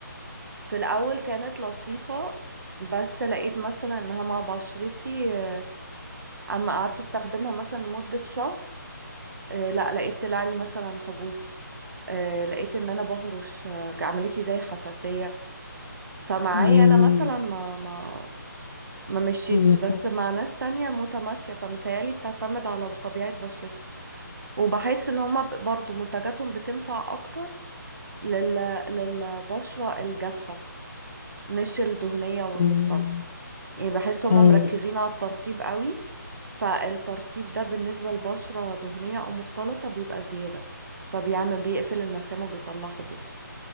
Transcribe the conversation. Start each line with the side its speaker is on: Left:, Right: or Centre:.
Right: في الاول كانت لطيفة بس لقيت مثلا انها مع بشرتي آه، اما قعدت استخدمها مثلا لمدة شهر آه، لا لقيت طلع لي مثلا حبوب آه، لقيت ان انا بهرش آه، عملت لي زي حساسية فمعايا
Left: مم.
Right: انا مثلا ما ما ما مشيتش
Left: مم.
Right: بس مع ناس تانية متماشية فمتهيألي بتعتمد على طبيعة بشرتك وبحس ان هما ب- برضو منتجاتهم بتنفع اكتر لل... للبشرة الجافة مش الدهنية والمختلطة
Left: مم.
Right: يعني بحس هما
Left: ايوه
Right: مركزين على الترطيب قوي فالترطيب ده بالنسبة لبشرة دهنية او مختلطة بيبقى زيادة فبيعمل بيقفل المسام وبيطلع حبوب